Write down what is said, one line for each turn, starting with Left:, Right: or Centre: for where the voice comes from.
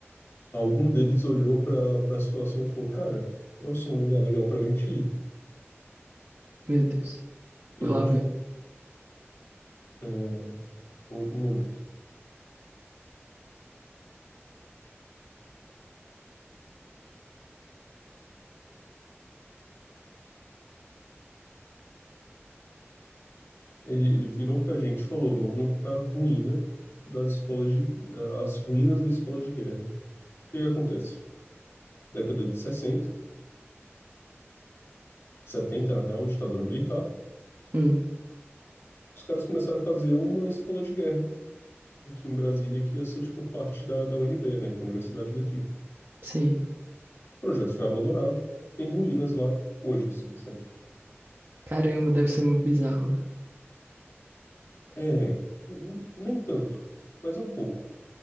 Left: Algum deles olhou para para a situação e falou: Cara, esse é um lugar legal pra gente ir.
Right: meu Deus.
Left: E
Right: Lá
Left: a gente.
Right: vai.
Left: é, um, um momento. Ele, ele virou pra gente e falou: Vamos pra ruína das escolas de. As ruínas da escola de guerra. O que que acontece? Década de 60, 70 na real, ditadura militar.
Right: Hum,
Left: Os caras começaram a fazer uma escola de guerra aqui em Brasília, que ia ser, tipo, parte da, da UNB, né, que é a universidade daqui. O
Right: sim.
Left: projeto foi abandonado, tem ruínas lá hoje, assim, sabe?
Right: Caramba, deve ser muito bizarro lá.
Left: É, n- nem tanto, mas é um pouco.